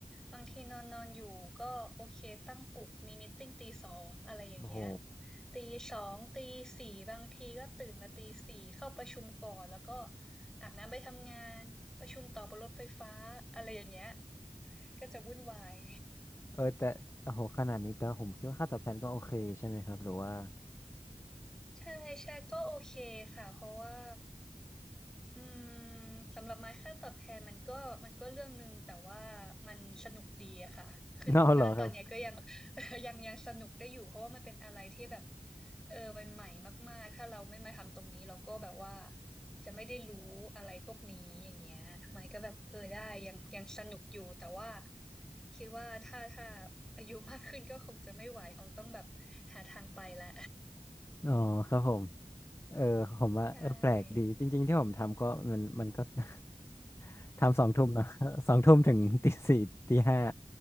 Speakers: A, in the centre; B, on the left (about 20°).
A: บางทีนอนนอนอยู่ก็โอเคตั้งปลุกมีมีตติ้งตีสองอะไรอย่างเงี้ย
B: โอ้โห
A: ตีสองตีสี่บางทีก็ตื่นมาตีสี่เข้าประชุมก่อนแล้วก็อาบน้ำไปทำงานประชุมต่อบนรถไฟฟ้าอะไรอย่างเงี้ยก็จะวุ่นวาย
B: เออแต่โอ้โหขนาดนี้แต่ผมคิดว่าค่าตอบแทนก็โอเคใช่ไหมครับหรือว่า
A: ใช่ใช่ก็โอเคค่ะเพราะว่าอืมสำหรับไม้ค่าตอบแทนมันก็มันก็เรื่องหนึ่งแต่ว่ามันสนุกดีอะค่ะคือณตอนเนี้ยก็ยัง
B: <laughs> น่าเหรอครับ
A: <laughs> ยังยังสนุกได้อยู่เพราะว่ามันเป็นอะไรที่แบบเออมันใหม่มากๆถ้าเราไม่มาทำตรงนี้เราก็แบบว่าจะไม่ได้รู้อะไรพวกนี้อย่างเงี้ยไม้ก็แบบเออได้ยังยังสนุกอยู่แต่ว่าคิดว่าถ้าถ้าอายุมากขึ้นก็คงจะไม่ไหวคงต้องแบบหาทางไปละ
B: อ๋อครับผมเออผมว่าเออแปลกดีจริงๆที่ผมทำก็มันมันก็
A: ใช่
B: <laughs> ทำสองทุ่มเนาะ <laughs> สองทุ่มถึงตีสี่ตีห้า